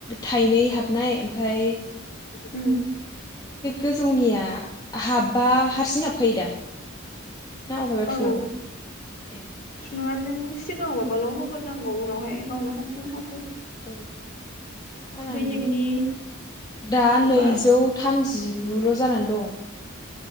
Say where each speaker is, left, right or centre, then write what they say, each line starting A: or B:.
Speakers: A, on the left (about 20°); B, on the left (about 40°).
A: थाइनै हाबनाय ओमफाय।
B: उम।
A: गोजौनिया हाबबा हारसिं हाबखायो दा? ना अहायबा
B: औ
A: थुनांगौ ए।
B: थुलुंगा नों सिगाङाव माबाल' होग्रोनांगौ उनावहाय गावनो हारसिंनो हाबखायो।
A: उम <unintelligible>
B: नोंनि
A: दा
B: माबा
A: नैजौ थाम थामजि गुल' जानानै दं।